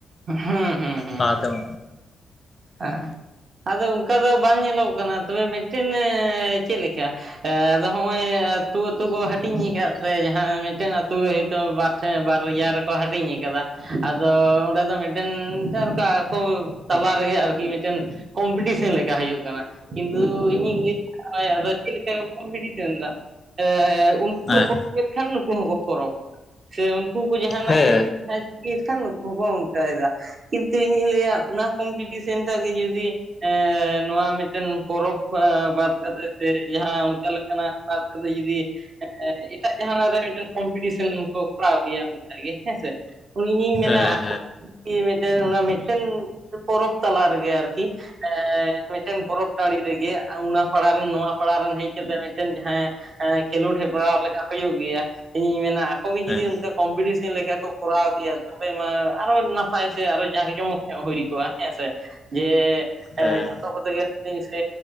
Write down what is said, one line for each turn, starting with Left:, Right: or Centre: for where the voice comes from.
Right: ᱦᱩᱸ ᱦᱩᱸ ᱦᱩᱸ᱾
Left: ᱞᱟᱦᱟᱛᱮ ᱦᱮᱸ
Right: ᱦᱮᱸ ᱟᱫᱚ ᱚᱱᱠᱟ ᱫᱚ ᱵᱟᱝ ᱧᱮᱞᱚᱜ ᱠᱟᱱᱟ ᱛᱚᱵᱮ ᱢᱤᱫᱴᱮᱱ ᱪᱮᱫ ᱞᱮᱠᱟ ᱮᱸ ᱟᱫᱚ ᱦᱚᱸᱜᱼᱚᱭ ᱟᱹᱛᱩ ᱟᱹᱛᱩ ᱠᱚ ᱦᱟᱹᱴᱤᱧ ᱠᱟᱫ ᱛᱮ ᱡᱟᱦᱟᱸ ᱢᱤᱫᱴᱮᱱ ᱟᱹᱛᱩ ᱦᱚᱭᱛᱳ ᱵᱟᱨ ᱴᱷᱮ ᱵᱟᱨᱭᱟ ᱨᱮᱠᱚ ᱦᱟᱹᱴᱤᱧ ᱠᱟᱫᱟ᱾ ᱟᱫᱚ ᱚᱸᱰᱮ ᱫᱚ ᱢᱤᱫᱴᱮᱱ ᱚᱱᱠᱟ ᱞᱮᱠᱟ ᱠᱚ ᱛᱟᱞᱟ ᱨᱮᱜᱮ ᱟᱨᱠᱤ ᱢᱤᱫᱴᱮᱱ ᱠᱚᱢᱯᱤᱴᱤᱥᱮᱱ ᱞᱮᱠᱟ ᱦᱩᱭᱩᱜ ᱠᱟᱱᱟ᱾ ᱠᱤᱱᱛᱩ ᱤᱧᱤᱧ ᱞᱮ ᱦᱳᱭ ᱟᱫᱚ ᱪᱮᱫ ᱞᱮᱠᱟ ᱠᱚᱢᱯᱤᱴᱤᱥᱚᱱ ᱫᱟ ᱥᱮ ᱩᱱᱠᱩ ᱠᱚ
Left: ᱦᱮᱸ
Right: ᱯᱚᱨᱚᱵᱮᱫ ᱠᱷᱟᱱ ᱱᱩᱠᱩ ᱦᱚᱸᱠᱚ ᱯᱚᱨᱚᱵᱼᱟ ᱥᱮ ᱩᱱ ᱱᱩᱠᱩ ᱠᱚ ᱡᱟᱦᱟᱸᱱᱟᱜ
Left: ᱦᱮᱸ
Right: ᱠᱚ ᱡᱟᱦᱟᱸ ᱪᱤᱠᱟᱹ ᱞᱮᱠᱷᱟᱱ ᱱᱩᱠᱩ ᱦᱚᱸᱠᱚ ᱚᱱᱠᱟᱭᱮᱫᱟ ᱠᱤᱱᱛᱩ ᱤᱧᱤᱧ ᱞᱟᱹᱭᱟ ᱚᱱᱟ ᱠᱚᱢᱯᱤᱴᱤᱥᱮᱱ ᱴᱟᱜ ᱜᱮ ᱡᱩᱫᱤ ᱦᱮᱸ ᱱᱚᱣᱟ ᱢᱤᱫᱴᱮᱱ ᱯᱚᱨᱚᱵ ᱵᱟᱛ ᱠᱟᱛᱮ ᱡᱮ ᱡᱟᱦᱟᱸ ᱚᱱᱠᱟ ᱞᱮ ᱠᱟᱱᱟ <unintelligible> ᱡᱩᱫᱤ ᱦᱮᱸ ᱮᱴᱟᱜ ᱡᱟᱦᱟᱸ ᱠᱚᱢᱯᱤᱴᱤᱥᱮᱱ ᱠᱚ ᱠᱚᱨᱟᱣ ᱜᱮᱭᱟ ᱦᱮᱸᱥᱮ᱾ ᱤᱧᱤᱧ ᱢᱮᱱᱟ
Left: ᱦᱮᱸ
Right: ᱟᱠᱚ ᱢᱤᱫᱴᱮᱱ ᱚᱱᱟ ᱢᱤᱫᱴᱮᱱ ᱯᱚᱨᱚᱵᱽ ᱛᱟᱞᱟ ᱨᱮᱜᱮ ᱟᱨᱠᱤ, ᱮᱸ ᱢᱤᱫᱴᱮᱱ ᱯᱚᱨᱚᱵ ᱴᱟᱺᱤ ᱨᱮᱜᱮ ᱚᱱᱟ ᱯᱟᱲᱟᱮᱱ ᱱᱚᱣᱟ ᱯᱟᱲᱟᱮᱱ ᱦᱮᱡ ᱠᱟᱛᱮᱜ ᱢᱤᱫᱴᱮᱱ ᱡᱟᱦᱟᱸᱭ ᱮᱸ ᱠᱷᱮᱞᱳᱰ ᱦᱮᱯᱮᱨᱟᱣ ᱞᱮᱠᱟ ᱦᱩᱭᱩᱜ ᱜᱮᱭᱟ, ᱤᱧᱤᱧ ᱢᱮᱱᱟ ᱟᱠᱚ ᱜᱮ
Left: ᱦᱮᱸ
Right: ᱡᱩᱫᱤ ᱚᱱᱠᱟ ᱠᱚᱢᱯᱤᱴᱤᱥᱮᱱ ᱞᱮᱠᱟ ᱠᱚ ᱠᱚᱨᱟᱣ ᱜᱮᱭᱟ ᱛᱚᱵᱮ ᱢᱟ ᱟᱨᱚ ᱱᱟ ᱱᱟᱯᱟᱭ ᱥᱮ ᱟᱨᱚ ᱡᱟᱜᱮ ᱡᱚᱢᱚᱠ ᱧᱚᱜ ᱦᱩᱭ ᱠᱚᱜᱼᱟ ᱦᱮᱸᱥᱮ, ᱡᱮ
Left: ᱦᱮᱸ
Right: ᱮᱸ ᱡᱷᱚᱛᱚ ᱠᱚᱛᱮ ᱜᱮ ᱥᱮ